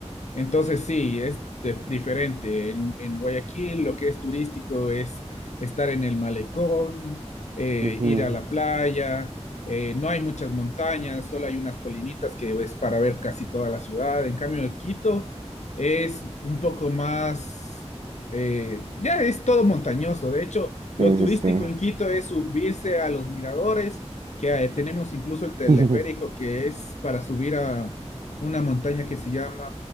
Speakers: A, on the left; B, on the right.
A: Entonces sí, es de- diferente. En, en Guayaquil lo que es turístico es estar en el malecón, eh,
B: Ujú.
A: ir a la playa. eh, no hay muchas montañas, solo hay unas colinitas que es para ver casi toda la ciudad. En cambio, en Quito es un poco más, eh, ya es todo montañoso. De hecho, lo
B: Es
A: turístico
B: este.
A: en Quito es subirse a los miradores, que eh, tenemos incluso el teleférico
B: <laughs>
A: que es para subir a una montaña que se llama